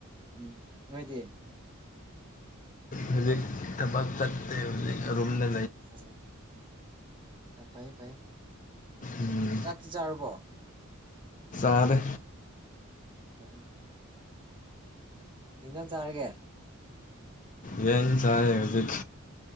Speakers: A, on the right; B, on the left.
A: ꯎ ꯅꯣꯏꯗꯤ
B: ꯍꯧꯖꯤ ꯇꯕꯛ ꯇ ꯍꯧꯖꯤ ꯔꯨꯝꯅ
A: ꯑꯣ ꯌꯥꯝ ꯐꯩ ꯐꯩ
B: ꯎꯝ
A: ꯆꯥꯛꯇꯤ ꯆꯥꯨꯔꯕꯣ
B: ꯇꯔ
A: ꯎꯝ ꯏꯤꯟꯖꯟ ꯆꯥꯔꯒꯦ
B: ꯌꯦꯟ ꯆꯥꯌꯦ ꯍꯥꯖꯤꯛ